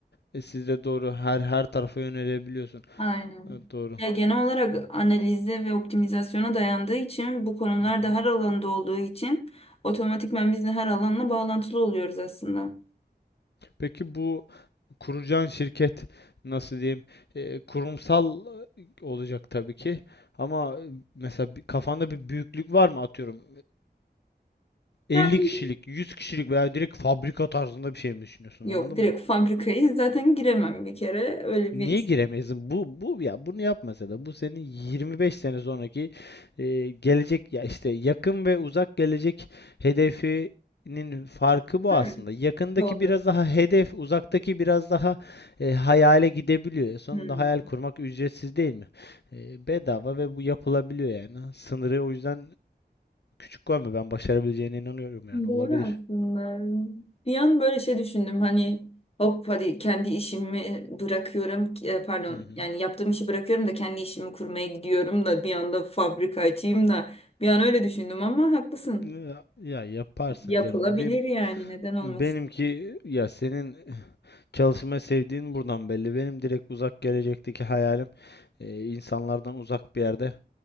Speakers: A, on the left; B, on the left.
A: E, siz de doğru her her tarafa yönelebiliyorsun.
B: Aynen.
A: E, doğru.
B: Ya genel olarak analize ve optimizasyona dayandığı için bu konular
A: Hı hı.
B: da her alanda olduğu için otomatikman biz de her alanla bağlantılı oluyoruz aslında.
A: Peki bu kuracağın şirket nasıl diyeyim? E, kurumsal e, olacak tabii ki. Ama e, mesela bir- kafanda bir büyüklük var mı atıyorum? 50
B: Yani
A: kişilik, 100 kişilik veya direkt fabrika tarzında bir şey mi düşünüyorsun?
B: yok
A: Anladın
B: direkt
A: mı?
B: fabrikayı zaten giremem bir kere. Öyle
A: Niye
B: bir
A: giremezsin? Bu bu ya bunu yapmasa da bu senin 25 sene sonraki e, gelecek ya işte yakın ve uzak gelecek hedefinin farkı bu
B: Tabii.
A: aslında. Yakındaki
B: Doğru.
A: biraz daha hedef, uzaktaki biraz daha e, hayale gidebiliyor. Sonunda
B: Hmm.
A: hayal kurmak ücretsiz değil mi? E, bedava ve bu yapılabiliyor yani. Sınırı o yüzden küçük koyma. Ben başarabileceğine inanıyorum yani.
B: Doğru
A: Olabilir.
B: aslında. Bir an böyle şey düşündüm hani hop hadi kendi işimi bırakıyorum e, pardon
A: Hı hı.
B: yani yaptığım işi bırakıyorum da kendi işimi kurmaya gidiyorum da bir anda fabrika açayım da bir an öyle düşündüm ama haklısın.
A: Ya, ya yaparsın
B: Yapılabilir
A: canım. Be-
B: yani neden olmasın.
A: benimki ya senin Çalışmayı sevdiğin buradan belli. Benim direkt uzak gelecekteki hayalim e, insanlardan uzak bir yerde,